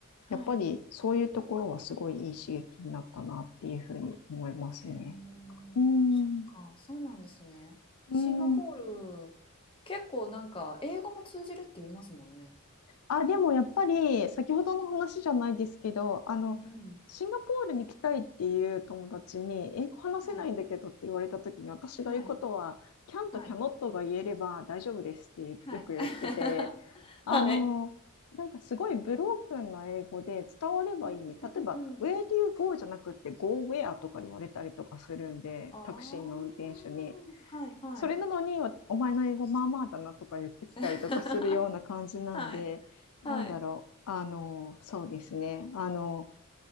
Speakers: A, on the left; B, on the left.
A: はい
B: やっぱりそういうところはすごいいい刺激になったなっていうふうに思いますね。
A: はいうんうんうんはいああはいはいはいはいへえ。
B: うん。
A: そっか、そうなんですね。
B: うん。
A: シンガポール、結構なんか英語も通じるって言いますもんね。
B: あ、でもやっぱり、先ほどの話じゃないですけど、あの、
A: うんうん。
B: シンガポールに来たいっていう友達に、英語話せないんだけどって言われた時に、
A: はい
B: 私が言うことは、
A: はい
B: キャンとキャノットが言えれば大丈夫ですってよく言ってて、
A: はいはい <laughs>。
B: あの、
A: はい。
B: なんかすごいブロークンな英語で伝わればいい。
A: うん
B: 例えば、
A: うんうん。
B: Where do you go? じゃなくて、Go where とか言われたりとかするんで、
A: ああ、
B: タクシーの運転手に。
A: はいはい
B: それなのに、お前の英語まあまあだなとか言ってきたりとかするような感じなんで、
A: <laughs>。はい、はい。
B: なんだろう、あの、そうですね、あの、